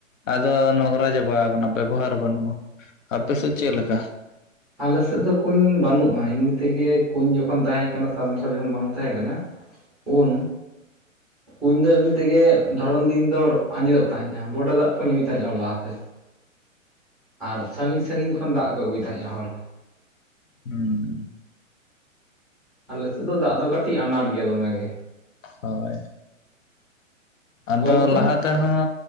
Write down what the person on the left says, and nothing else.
ᱟᱫᱚ ᱱᱚᱝᱨᱟ ᱪᱟᱵᱟ ᱟᱠᱟᱱᱟ ᱵᱮᱵᱚᱦᱟᱨ ᱵᱟᱹᱱᱩᱜᱼᱟ᱾ ᱟᱯᱮᱥᱮᱫ ᱪᱮᱫ ᱞᱮᱠᱟ?
ᱦᱩᱸᱻ
ᱦᱳᱭ ᱟᱫᱚ
ᱞᱟᱦᱟ ᱛᱮᱦᱚᱸ